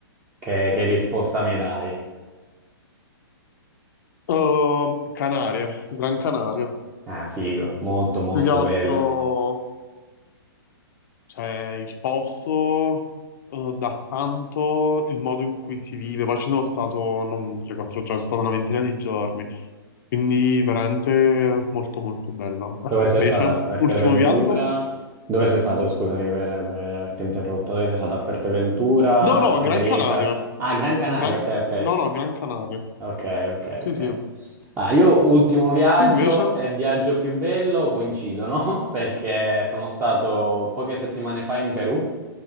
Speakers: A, on the right (about 15°); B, on the left (about 50°).
A: Che, che risposta mi dai?
B: Ehm, Canarie, Gran Canaria.
A: Ah, figo, molto molto
B: Più che altro
A: bello.
B: c'è il posto, eh, da tanto il modo in cui si vive. Poi ci sono stato non 3-4 giorni, sono stato una ventina di giorni. Quindi veramente molto molto bella. Ah,
A: Dove sei
B: Invece,
A: stata a Fuerteventura?
B: ultimo viaggio?
A: Dove sei stato, scusami per, per averti interrotto, dove sei stata a Fuerteventura,
B: No, no,
A: a Tenerife?
B: Gran Canaria.
A: Ah, Gran Canaria,
B: Gran-
A: ok, ok.
B: No, no, Gran Canaria.
A: Ok, ok,
B: Sì,
A: ok.
B: sì.
A: Ah, io ultimo viaggio
B: Tu invece?
A: e viaggio più bello coincidono <laughs> perché sono stato poche settimane fa in Perù